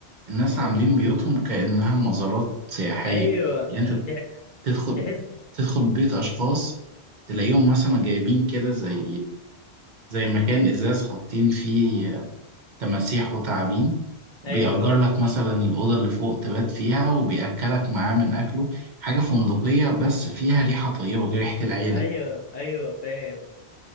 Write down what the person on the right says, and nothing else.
الناس
عاملين بيوتهم كأنها مزارات سياحية
يعني انت
تدخل
تدخل بيت اشخاص تلاقيهم مثلا جايبين كده زي زي مكان ازاز حاطين فيه تماسيح وتعابين بيأجر
لك مثلا الأوضة اللي فوق تبات فيها وبيأكلك معاه من أكله حاجة فندقية بس فيها ريحة طيبة ريحة العيلة